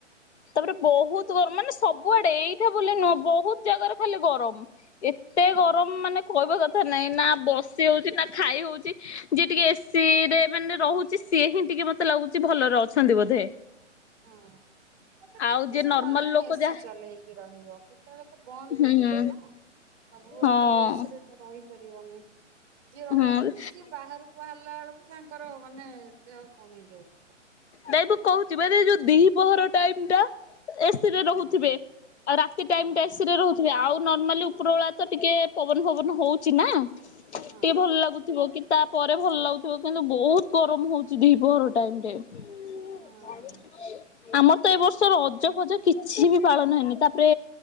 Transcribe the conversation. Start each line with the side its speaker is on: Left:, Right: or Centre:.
Left: ତାପରେ ବହୁତ ଗରମ ମାନେ ସବୁଆଡେ ଏଇଠା ବୁ ନୁହଁ ବହୁତ ଜାଗାରେ ଖାଲି ଗରମ। ଏତେ
Right: ହଁ
Left: ଗରମ ମାନେ କହିବା କଥା ନହିଁ ନା ବସି ହଉଛି ନା ଖାଇ ହଉଛି ଯିଏ ଟିକେ ଏସିି ରେ ମାନେ ରହୁଛି ସିଏ ହିଁ ଟିକେ ମତେ ଲାଗୁଛି ଭଲରେ ଅଛନ୍ତି ବୋଧେ?
Right: ହଁ। ତାପରେ
Left: ଆଉ
Right: କେତେ
Left: ଯିଏ
Right: ସମୟ
Left: ନର୍ମାଲ
Right: ଜଣେ
Left: ଲୋକ
Right: ଏସିି
Left: ଯାହା
Right: ଚଲେଇକି ରହିବ? କେତେବେଳେ ତ ବନ୍ଦ
Left: ହୁଁ
Right: କରିବ ନା? ସବୁବେଳେ
Left: ହଁ।
Right: ତ ଆଉ ଏସିି ରେ ତ ରହିପାରିବନି? ଯିଏ ରହୁଥିବେ
Left: ହୁଁ ନାଇଁ
Right: ସିଏ ବାହାରକୁ ବାହାରିଲା ବେଳକୁ ତାଙ୍କର ମାନେ ଦେହ କଣ ହେଇଯାଉଥିବ।
Left: ନାଇଁ ମୁଁ କହୁଚି ମାନେ ଏ ଯୋଉ ଦିହିପହର ଟାଇମ୍ ଟା ଏସ୍
Right: ହଁ
Left: ରହୁଥିବେ ଆଉ ରାତି ଟାଇମ୍
Right: ହଁ
Left: ଟା ଏସି ରେ ରହୁଥିବେ ଆଉ ନର୍ମାଲି
Right: ହଁ
Left: ଉପର ବେଳା ତ ଟିକେ ପବନ ପବନ ହଉଚି ନା। ଟିକେ
Right: ହଁ
Left: ଭଲ ଲାଗୁଥିବ। କି ତା ପରେ ଭଲ ଲାଗୁଥିବ। କିନ୍ତୁ ବହୁତ୍ ଗରମ ହଉଚି ଦି ପହର ଟାଇମ୍ ରେ। <unintelligible>
Right: ହଁ।
Left: ଆମର ତ ଏ ବର୍ଷର ରଜ ଫଜ କିଛି ବି ପାଳନ ହେଇନି। ତାପରେ